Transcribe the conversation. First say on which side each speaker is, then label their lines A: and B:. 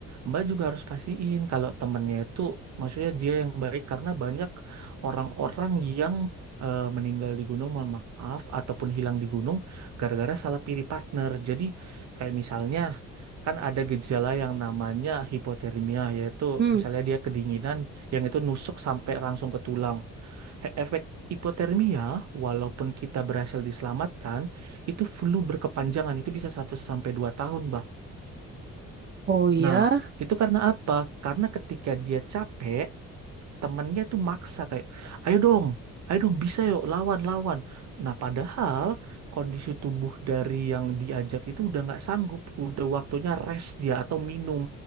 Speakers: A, on the right (about 60°); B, on the right (about 35°).
A: Mbak juga harus pastiin kalau temennya itu maksudnya dia yang baik karena banyak orang-orang yang eh, meninggal di gunung, mohon maaf, ataupun hilang di gunung gara-gara salah pilih partner. Jadi kayak misalnya kan ada gejala yang namanya hipotermia yaitu
B: Hmm.
A: misalnya dia kedinginan yang itu nusuk sampai langsung ke tulang. He- Efek hipotermia, walaupun kita berhasil diselamatkan, itu flu berkepanjangan, itu bisa satu sampai 2 tahun, Mbak.
B: Oh ya,
A: Nah, itu karena apa? Karena ketika dia capek, temennya tuh maksa kayak ayo dong ayo dong bisa yuk lawan lawan nah padahal kondisi tubuh dari yang diajak itu udah nggak sanggup udah waktunya rest dia atau minum